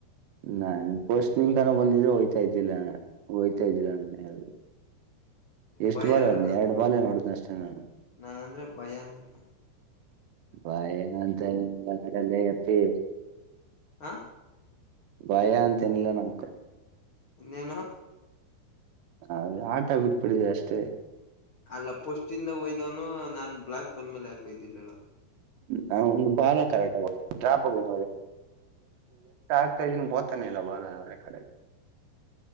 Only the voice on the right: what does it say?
ನಾ ನಿಮ ಪೋಸ್ಟ್ ನಿನ್ ಕನೋ ಬಂದಿದ್ರೆ ಹೊಯ್ತಾ ಇದ್ದಿಲ್ಲ ಹೋಯ್ತಾ ಇದ್ದಿಲ್ಲ ನನ್ನ ಯು ಎಷ್ಟು
ಬಾಲ್ನಿ
ಎರಡು
ಬಾಲ್ ನೋಡಿದ್ನ ಅಷ್ಟೇ ನಾನು
ಬಾಯ ಅಂತ ಏನಲ್ಲ ನಡಲ್ಲ ಅಪ್ಪಿ
ಭಯ ಅಂತನ್ಿಲ್ಲ ನಮ್ಕ
ಅದೆ ಆಟ ಬಿಟ್ಬಿಡಿದೆ ಅಷ್ಟೇ
ನ ಒಂದು ಬಾಲ ಕರಾಟ ಡ್ರಾಪ್ ಎ ಆಗ್ತಾ ಇದ ಬತಾನೆ ಇಲ್ಲ ಬ ಕಡೆ